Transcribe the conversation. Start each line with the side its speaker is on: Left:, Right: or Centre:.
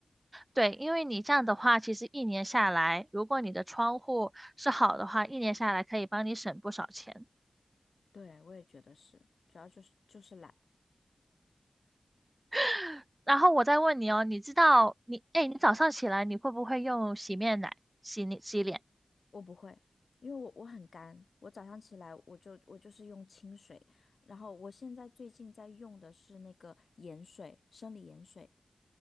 Right: 对，因为你这样的话，其实一年下来，如果你的窗户是好的话，一年下来可以帮你省不少钱。
Left: 对，我也觉得是，主要就是就是懒，
Right: <laughs> 然后我再问你哦，你知道你，哎，你早上起来你会不会用洗面奶洗你洗脸？
Left: 我不会，因为我我很干，我早上起来我就我就是用清水，然后我现在最近在用的是那个盐水，生理盐水，